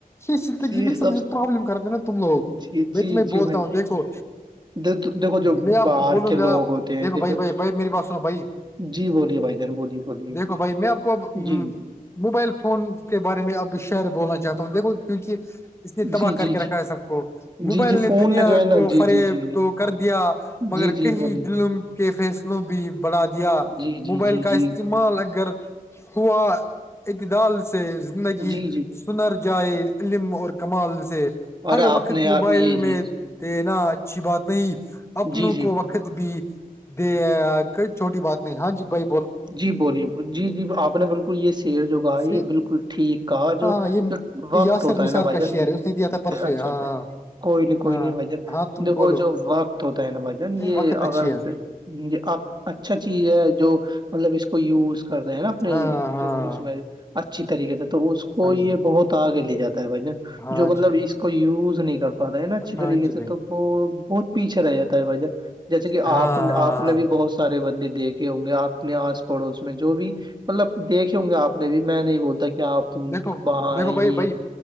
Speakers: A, on the left; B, on the right.
A: یہ زندگی
B: یہ
A: میں
B: سب
A: سے پرابلم کرتے ہیں نا تم لوگ
B: جی
A: میں
B: جی
A: تمہیں
B: جی
A: بولتا
B: بھائی
A: ہوں دیکھو
B: دیکھ- دیکھو جو
A: میں آپ
B: باہر
A: کو بولوں
B: کے لوگ
A: گا
B: ہوتے ہیں
A: دیکھو بھائی بھائی
B: جو-
A: بھائی میری پاس بھائی
B: جی بولیے بھائی جان بولیے بولیے
A: دیکھو بھائی میں آپ کو اب
B: جی
A: موبائل فون کے بارے میں آپ کو شعر بولنا چاہتا ہوں دیکھو کیونکہ اس نے تباہ
B: جی
A: کر
B: جی
A: کے
B: جی
A: رکھا ہے سب کو موبائل
B: جی جی
A: نے
B: فون
A: دنیا
B: جو ہے نا
A: کو
B: جی
A: فریب
B: جی جی جی
A: تو کر دیا مگر
B: جی جی
A: کہیں
B: بولیے
A: دلم کے فیصلوں بھی بڑھا دیا
B: جی جی
A: موبائل
B: جی
A: کا
B: جی
A: استعمال اگر ہوا اعتدال سے زندگی
B: جی جی
A: سنر جائے علم اور کمال سے
B: اور
A: ہر
B: آپ
A: وقت
B: نے یار
A: موبائل
B: یہ جی
A: میں دینا اچھی بات نہیں اپنوں
B: جی جی
A: کو وقت د بھی د ک چھوٹی بات نہیں ہاں جی بائی
B: جی بولیے جی جی آپ نے بالکل یہ س شیر جو کہا
A: ہاں
B: یہ بالکل ٹھیک کہا جو
A: ہاں یہ
B: وقت
A: یاسر
B: ہوتا
A: نثار
B: ہے نا بھائی
A: کا
B: جان
A: شعر
B: یہ
A: ہے اس نے دیا تھا پرسوے
B: اچھا
A: ہاں
B: اچھا
A: ہاں
B: کوئی نہیں کوئی
A: ہاں
B: نہیں بھائی جان
A: ہاں تم
B: دیکو
A: بولو
B: جو وقت ہوتا ہے نا بھائی جان یہ
A: وقت
B: اگر
A: اچھی ہے
B: آ اچھا چیز ہے جو مطلب اس کو یوز کرتے ہے نا اپنے
A: ہاں ہاں
B: جو اس میں اچھی طریقے سے تو اس کو
A: ہاں
B: یہ
A: جی بھائی
B: بہت آگے لے جاتا ہے بھ ج
A: ہاں
B: جو مطلب
A: جی بھائی
B: اس کو یوز نہیں کر پاتا ہے نا اچھی طریقے
A: ہاں جی
B: سے
A: بھائی
B: تو وہ بہت پیچھے رہ جاتا ہے بھہ جیسے کہ
A: ہاں
B: آپ
A: ہاں
B: نے آپ نے
A: ہاں
B: بھی بہت سارے بندے دیکے ہوں گے آپ اپنے آس پڑوس میں جو بھی مطلب دیکھے ہوں گے آپ نے بھی میں نہیں بولتا کہ آپ
A: دیکھو
B: وہاں
A: دیکھو
B: ہیں یہ
A: بھائی بھائی